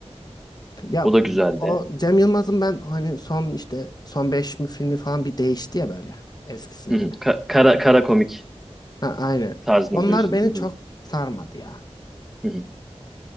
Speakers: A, on the left (about 35°); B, in the centre.
A: Ya
B: O da güzeldi.
A: o Cem Yılmaz'ın ben hani son işte son 5 mi filmi falan bir değişti ya böyle eskisine
B: Hı
A: göre.
B: hı. Ka- kara, kara komik
A: Ha, aynen.
B: tarzını
A: Onlar
B: biliyorsun.
A: beni
B: Hı hı.
A: çok sarmadı ya.
B: Hı hı.